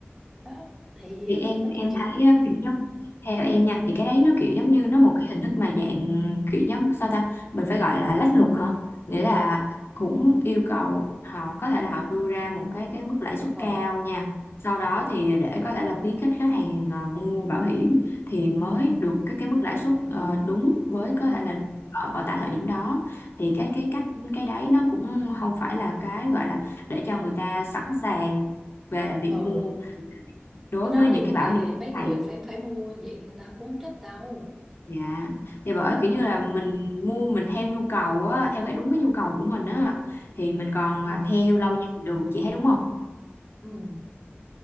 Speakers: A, in the centre; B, on the left.
A: đó thì
B: thì
A: à,
B: em
A: nói
B: em
A: chung chị
B: thấy
A: cũng
B: á, kiểu giống theo em nha thì cái đấy nó
A: ừ.
B: kiểu giống như nó một cái hình thức mà dạng kiểu giống sao ta mình phải gọi là lách luật hả nghĩa là cũng yêu cầu họ có thể là họ đưa ra một cái cái mức lãi suất
A: Ờ.
B: cao nha sau đó thì để có thể là khuyến khích khách hàng à, mua bảo hiểm thì mới được cái cái mức lãi suất ờ, đúng với
A: Ừ.
B: có thể là ở, ở tại thời điểm đó thì cái cái cách cái đấy nó cũng không phải là cái gọi là để cho người ta sẵn sàng về việc
A: ừ
B: mua đối
A: cái đó
B: với những
A: thì
B: cái bảo
A: thì
B: hiểm
A: thì mấy người
B: này
A: phải phải mua vậy người ta cũng không thích đâu
B: dạ thì bởi kiểu
A: ừ
B: như là mình mua mình theo nhu cầu á theo cái đúng cái nhu cầu của mình á thì mình còn
A: ừ
B: à, theo lâu dài được chị thấy đúng không
A: ừ